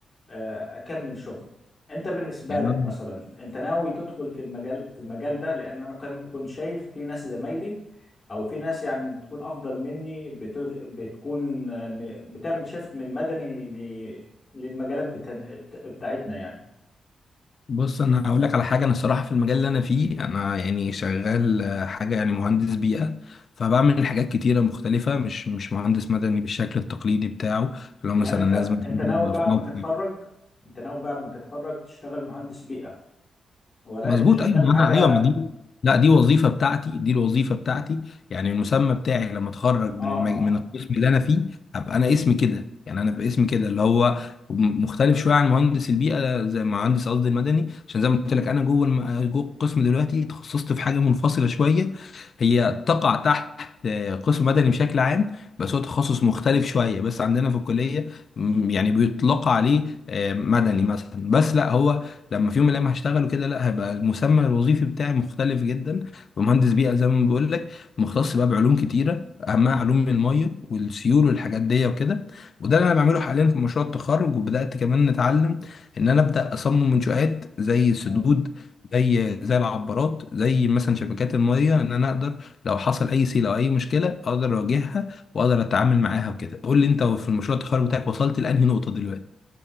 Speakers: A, on the left; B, on the left.
A: آه، اكمل شغل انت بالنسبه
B: يعني
A: لك مثلا انت ناوي تدخل في المجال في المجال ده لان انا كان كنت شايف في ناس زمايلي او في ناس يعني بتكون افضل مني بت- بتكون آه، م- بتعمل شيفت من مدني ل- للمجالات بتا- بتاعتنا يعني
B: بص انا هقول لك على حاجه انا الصراحه في المجال اللي انا فيه انا يعني شغال آه، حاجه يعني مهندس بيئه فبعمل حاجات كتيره مختلفه مش مش مهندس مدني بالشكل التقليدي بتاعه اللي
A: يعني
B: هو مثلا
A: انت
B: لازم
A: انت
B: يبقى
A: ناوي بعد
B: في موقع
A: ما تتخرج انت ناوي بعد ما تتخرج تشتغل مهندس بيئه ولا
B: مظبوط
A: انت شغال
B: ايوه ما
A: حاجه
B: انا ايوه ما دي لا دي وظيفه بتاعتي دي الوظيفه بتاعتي يعني المسمى بتاعي لما اتخرج من
A: اه
B: المج... من القسم اللي انا فيه هبقى انا اسمي كده يعني انا باسمي كده اللي هو م- مختلف شويه عن مهندس البيئه زي مهندس قصدي المدني عشان زي ما قلت لك انا جوه الم... جوه القسم دلوقتي تخصصت في حاجه منفصله شويه هي تقع تحت آه، قسم مدني بشكل عام بس هو تخصص مختلف شويه بس عندنا في الكليه م، يعني بيطلق عليه آه، مدني مثلا بس لا هو لما في يوم من الايام هشتغل وكده لا هيبقى المسمى الوظيفي بتاعي مختلف جدا ومهندس بيئه زي ما بقول لك مختص بقى بعلوم كتيره اهمها علوم الميه والسيول والحاجات دي وكده وده اللي انا بعمله حاليا في مشروع التخرج وبدات كمان نتعلم ان انا ابدا اصمم منشآت زي السدود
A: اه
B: زي زي العبارات زي مثلا شبكات الميه ان انا اقدر لو حصل اي سيل او اي مشكله اقدر اواجهها واقدر اتعامل معاها وكده قول لي انت في المشروع التخرج بتاعك وصلت لانهي نقطه دلوقتي